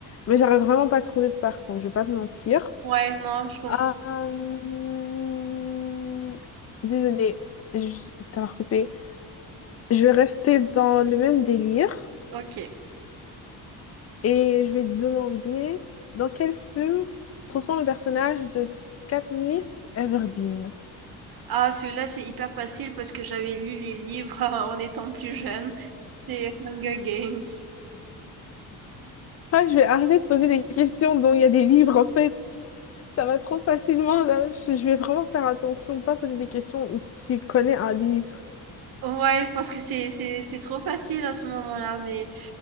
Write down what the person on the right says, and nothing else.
Ouais, non, je comprends.
Ok.
Ah, celui-là, c'est hyper facile parce que j'avais lu les livres <laughs> en étant plus jeune. C'est Hunger Games.
Ouais, je pense que c'est c'est- c'est trop facile à ce moment-là, mais,